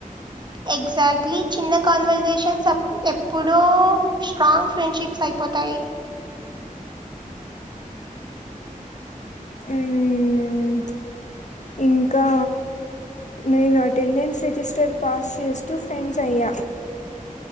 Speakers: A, on the right; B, on the left.
A: ఎక్సెక్ట లీ చిన్న కాన్వర్సేషన్స్ ఎప్పుడో స్ట్రాంగ్ ఫ్రెండ్షిప్స్ అయిపోతాయి
B: ఉమ్ ఇంకా నేను అటెండెన్స్ రిజిస్టర్ పాస్ చేస్తూ ఫ్రెండ్స్ అయ్యా